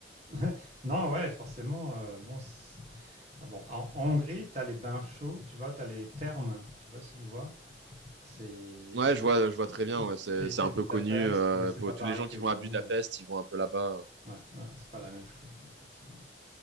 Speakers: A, on the right; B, on the right.
A: <laughs> Non, ouais, forcément. euh, bon, c'est- ah bon, en, en Hongrie, tu as les bains chauds, tu vois, tu as les thermes. Je sais pas si tu vois. C'est
B: Ouais,
A: c'est
B: je
A: une
B: vois, je vois très bien.
A: une des
B: Ouais,
A: spécialités
B: c'est c'est un
A: de
B: peu
A: Budapest,
B: connu euh,
A: mais c'est
B: pour
A: pas pareil
B: tous les gens
A: qu'évidemment.
B: qui vont à Budapest, ils vont un peu là-bas.
A: Ouais, ouais, ouais, c'est pas la même chose, hein, forcément.